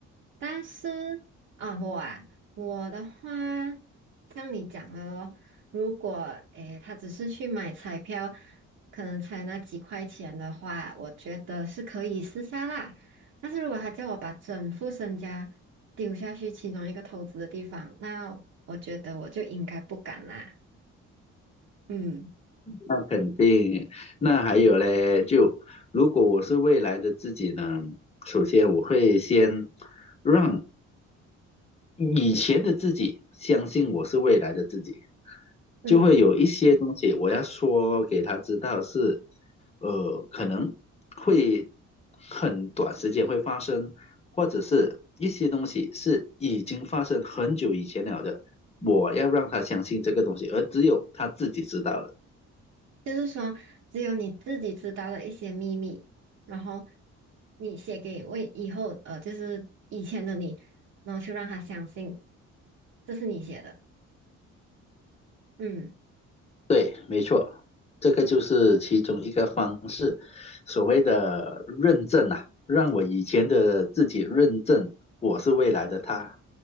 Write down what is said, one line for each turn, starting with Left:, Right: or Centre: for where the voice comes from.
Right: 但是啊，我啊，我的话，像你讲的咯，如果诶，他只是去买彩票，可能才那几块钱的话，我觉得是可以试下啦。但是如果他叫我把整副身家丢下去其中一个投资的地方，那我觉得我就应该不敢啦。嗯。
Left: 那肯定，那还有嘞，就如果我是未来的自己呢，首先我会先让以前的自己相信我是未来的自己，
Right: 嗯。
Left: 就会有一些东西我要说给他知道是，呃，可能会很短时间会发生，或者是一些东西是已经发生很久以前了的，我要让他相信这个东西，而只有他自己知道的。
Right: 就是说，只有你自己知道的一些秘密，然后你写给为以后呃，就是以前的你，然后去让他相信这是你写的。嗯
Left: 对，没错，这个就是其中一个方式，所谓的认证啊，让我以前的自己认证我是未来的他。